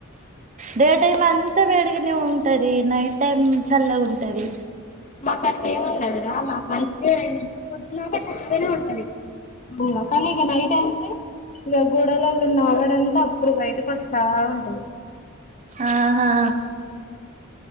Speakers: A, on the right; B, on the left.
A: డే టైమ్ అంతా వేడిగనే ఉం టది. Night time చల్లగుంటది.
B: మాక్ అట్లేం ఉండదురా మాక్ మంచిగే ఇప్పుడు పొద్దున్దాకా చల్లగనే ఉంటది కని ఇగ నైట్ అయితే ఇక గోడాలల్ల ఆగడంతా అప్పుడు బయటకి వస్తా ఉంటది.
A: ఆహా